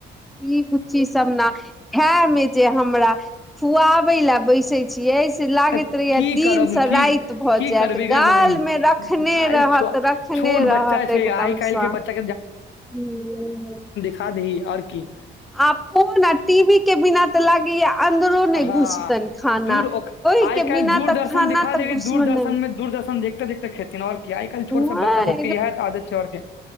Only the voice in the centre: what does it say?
ई बुच्ची सब ना। खाय मे जे हमरा, खुआबै ले जे बैसे छियै लागैत
रहैये
दिन
से
राति भ
जायत,
गाल
मे रखने
रहत
रखने
रहत
एकदम
से
हुँ।
आब फोन फोन आ टीवी के बिना त लगैये अन्दरो नहि
घुसतनि खाना
ओहि
के
बिना
तऽ खाना
तऽ
घुसबे
नहि
नहि